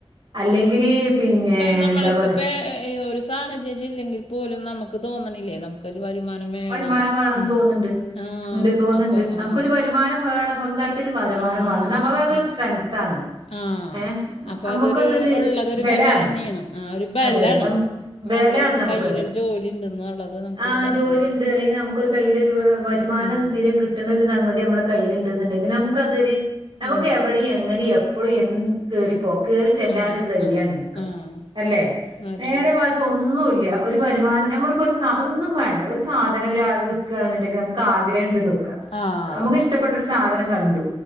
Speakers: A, on the right (about 55°); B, on the left (about 75°).
A: അല്ലെങ്കില് പിന്നെ
B: ഇപ്പെ, നമ്മളെക്കെ
A: എന്താ പറയാ
B: പ്പേ <unintelligible> ഇല്ലെങ്കിൽ പോലും, നമുക്ക് തോന്നണില്ലേ? നമുക്കൊരു വരുമാനം വേണം
A: വരുമാനം വേണംന്ന്
B: ഉം
A: തോന്ന്ണ്ട്.
B: ആഹ്
A: ഉണ്ട്, തോന്ന്ണ്ട്.
B: അപ്പൊ
A: നമുക്കൊരു
B: ആഹ്
A: വരുമാനം വേണം, സ്വന്തമായിട്ട് ട്ടൊരു വരുമാനം
B: ഉം
A: വേണം. ന്നാ
B: ഉം
A: മ്മക്ക് അതൊരു
B: ഉം
A: സ്ട്രെങ്ത്ത് ആണ്.
B: ആഹ്
A: ഏഹ്!
B: അപ്പൊ
A: അമ്മക്കതൊരു
B: അതൊരു ഉള്ളതൊരു
A: ബലാണ്.
B: വില തന്നെയാണ് ആ ഒരു ബലാണ്
A: അതെതെ, ന ബലാണ്
B: നമ്മളെ
A: നമുക്കത്.
B: കയ്യിലൊരു ജോലി ഉണ്ടെന്നുള്ളത് നമുക്കൊരു
A: ആ
B: ബലം
A: ജോലി
B: തന്നെയാണ്
A: ഉണ്ട് അല്ലെങ്കിൽ നമുക്കൊരു കയ്യിലൊരു വരുമാനം
B: ഉം
A: സ്ഥിരം കിട്ടണരു സംഗതി നമ്മളെ കയ്യില്ണ്ട്ന്ന് ണ്ടെങ്കിൽ നമുക്ക് അതൊരു നമുക്ക്
B: ഉം
A: എവിടെ എങ്ങനെ എപ്പളൂം എൻ കേറിപ്പോ കേറിചെല്ലാാനൊ
B: ആഹ്
A: ഒരു ധൈര്യാണ്
B: ആഹ്
A: നമുക്ക്
B: ആഹ്
A: അല്ലെ
B: ആ
A: നേരെ
B: പിന്നെ
A: മറിച് ഒന്നുല്ല ഒരു വരുമാനം നമ്മളിപ്പോ ഒരുസ ഒന്നും വേണ്ട ഒരു സാധനം ഒരാൾ വിക കാണെന്ന്ണ്ടെങ്കിൽ നമുക്ക് ആഗ്രഹംണ്ട്ന്നക്ക്
B: ആഹ്
A: നമുക്ക് ഇഷ്ടപ്പെട്ട ഒരു സാധനം കണ്ടു.